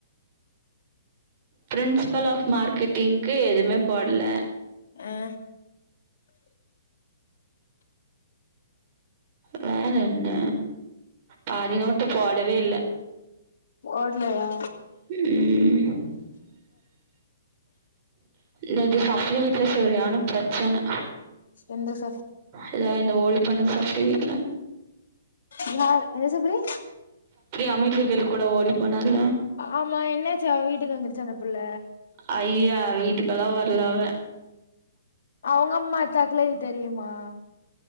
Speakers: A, on the right; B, on the left.
A: பிரின்ஸிபல் ஆஃப் மார்க்கெட்டிங்க்கு எதுமே போடல
B: ஆ
A: வேற என்ன பாதினோட்டு போ விடவே இல்ல
B: ஓட்லயா
A: உம் நேத்து சப்லி வீட்டுல சொரியானு பிரச்சனை
B: எந்தசு
A: எல இந்த ஓலி பண்ண சாப்ழி வீட்டுல
B: ன்னார் என்ன சபரி
A: அமீ லெ கூட ஓடி போனல்ல
B: ஆமா என்னாச்சு அவ வீட்டுக்கு வந்துருச்சா அந்த புள்ள
A: ஐயா வீட்டுக்கெல்லா வரலவ
B: அவங்க அம்மா தக்கலது தெரியுமா